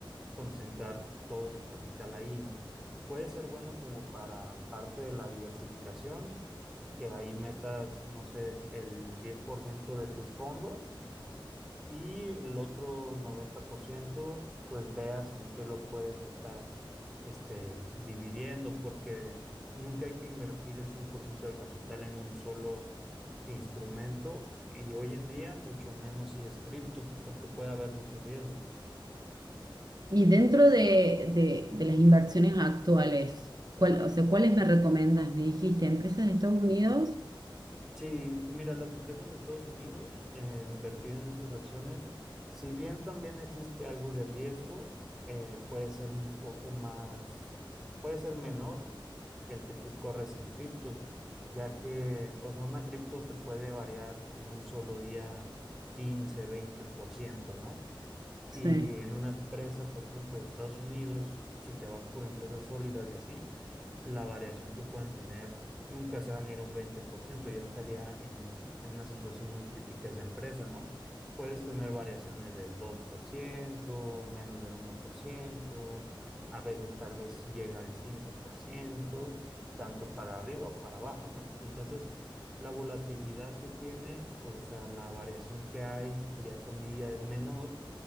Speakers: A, in the centre; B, on the right.
A: concentrar todo tu capital ahí, ¿no? Puede ser bueno como para parte de la diversificación, que ahí metas, no sé, el 10% de tus fondos y el otro 90%, pues veas en qué lo puedes estar este, dividiendo, porque nunca hay que invertir el 100% del capital en un solo instrumento y hoy en día mucho menos si es cripto, porque puede haber mucho riesgo.
B: Y dentro de, de- de las inversiones actuales, ¿cuál, o sea, ¿cuáles me recomendas? Me dijiste, ¿empresas de Estados Unidos?
A: Sí, mira, las empresas de Estados Unidos, eh, invertir en esas acciones, si bien también existe algo de riesgo, eh, puede ser un poco más, puede ser menor que el que tú corres en criptos, ya que, o sea, una cripto te puede variar en un solo día quince, veinte por ciento, ¿no? Y
B: Sí.
A: en una empresa, por ejemplo, de Estados Unidos, si te vas por empresas sólidas y así, la variación que pueden tener nunca se van a ir a un veinte por ciento ya estaría en, en una situación muy crítica esa empresa, ¿no? Puedes tener variaciones del dos por ciento menos del uno por ciento a veces tal vez llega al cinco por ciento tanto para arriba o para abajo, ¿no? Entonces, la volatilidad que tiene, o sea, la variación que hay día con día es menor